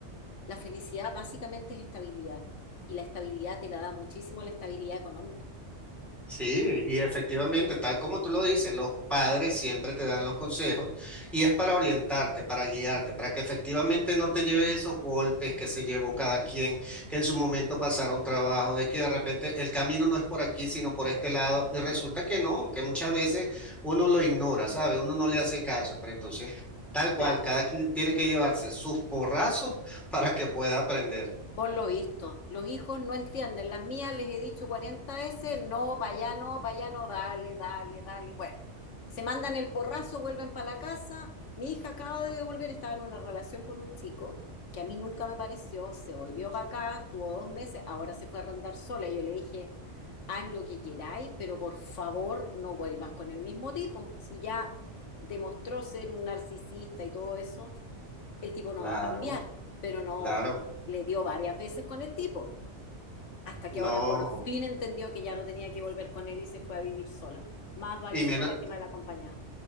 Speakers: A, on the left; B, in the centre.
A: la felicidad básicamente es estabilidad. Y la estabilidad te la da muchísimo la estabilidad económica.
B: Sí, y efectivamente, tal como tú lo dices, los padres siempre te dan los consejos y es para orientarte, para guiarte, para que efectivamente no te lleves esos golpes que se llevó cada quien, que en su momento pasaron trabajo, de que de repente el camino no es por aquí, sino por este lado, y resulta que no, que muchas veces uno lo ignora, ¿sabe? Uno no le hace caso, pero entonces, tal
A: O
B: cual,
A: sea,
B: cada quien tiene que llevarse sus porrazos <laughs> para que pueda aprender.
A: Por lo visto, los hijos no entienden. Las mías les he dicho 40 veces, no, para allá no, para allá no, dale, dale, dale. Bueno, se mandan el porrazo, vuelven para la casa. Mi hija acaba de devolver, estaba en una relación con un chico que a mí nunca me pareció, se volvió para acá, estuvo dos meses, ahora se fue a arrendar sola. Y yo le dije, haz lo que queráis, pero por favor no vuelvas con el mismo tipo. Si ya demostró ser un narcisista y todo eso, el tipo no
B: Claro,
A: va a cambiar, pero no
B: claro,
A: le le dio varias veces con el tipo, hasta que
B: no.
A: ahora por fin entendió que ya no tenía que volver con él y se fue a vivir sola. Más vale
B: Y
A: sola
B: menos.
A: que mal acompañada.